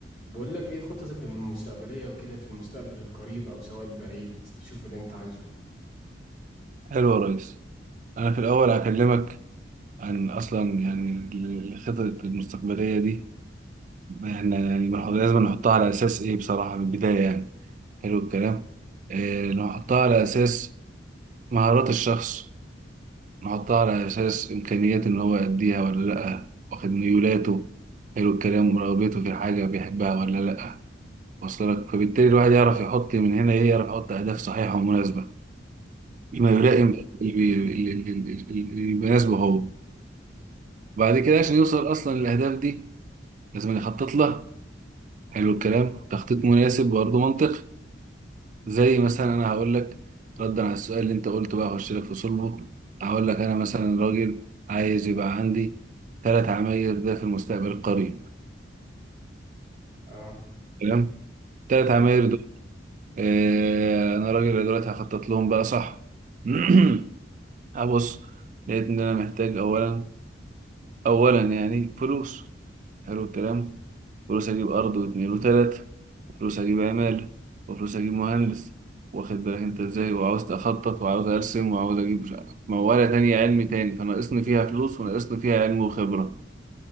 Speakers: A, on the left; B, on the right.
A: بقول لك ايه خططك المستقبلية وكده في المستقبل القريب او سواء البعيد شوف اللي انت عايزه
B: حلو يا ريس أنا في الأول هكلمك عن أصلا يعني ال- الخطط المستقبلية دي إحنا يعني بنحط- لازم نحطها على أساس إيه بصراحة من البداية يعني حلو الكلام إيه نحطها على أساس مهارات الشخص نحطها على أساس إمكانيات إن هو يأديها ولا لأ واخد ميولاته حلو الكلام ورغبته في حاجة بيحبها ولا لأ واصل لك فبالتالي الواحد يعرف يحط من هنا إيه يعرف يحط أهداف صحيحة ومناسبة ما
A: امم
B: يلائم اللي بي- اللي اللي- اللي- اللي يناسبه هو وبعد كده عشان يوصل اصلا للاهداف دي لازم يخطط لها حلو الكلام تخطيط مناسب برضه منطقي زي مثلا انا هقول لك ردا على السؤال اللي انت قلته بقى اخش لك في صلبه هقول لك انا مثلا راجل عايز يبقى عندي ثلاث عماير ده في المستقبل القريب
A: اه
B: تمام ثلاث
A: تمام
B: عماير دول آه انا راجل دلوقتي هخطط لهم بقى صح <clears throat> هبص لقيت ان انا محتاج اولا اولا يعني فلوس حلو الكلام فلوس اجيب ارض واتنين وتلاتة وفلوس اجيب عمال وفلوس اجيب مهندس واخد بالك انت ازاي وعاوز اخطط وعاوز ارسم وعاوز اجيب مش عارف موالة تانية علمي تاني فناقصني فيها فلوس وناقصني فيها علم وخبرة